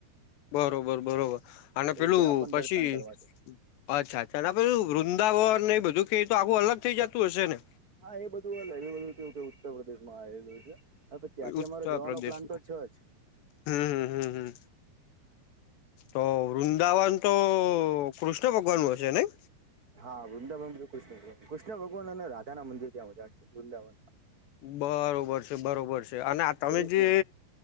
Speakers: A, on the left; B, on the right.
A: બરોબર, બરોબર, અને
B: તો
A: પેલું
B: ત્યાં પણ
A: પછી
B: દર્શન કરવા છે
A: અચ્છા, અચ્છા આપે, વૃંદાવન ને એ બધું ક તો આખું અલગ થઈ જતું હશે ને.
B: હા, એ બધું લ બધું કે, કે ઉત્તર પ્રદેશ માં આવેલું છે. હવે ત્યાંથી
A: ઉત્તર
B: અમારો જવાનો
A: પ્રદેશ
B: પ્લાન તો છે જ.
A: હમ, હમ, હમ, હમ. તો વૃંદાવન તો કૃષ્ણ ભગવાન ન હશે ને.
B: હા, વૃંદાવન કૃષ્ણ ભગવાન, કૃષ્ણ ભગવાન અને રાધા ના મંદિર ત્યાં વધ્યા છે વૃંદાવનમાં.
A: બરોબર છે, બરોબર છે, અને આ તમે
B: શ્રીજીના.
A: જે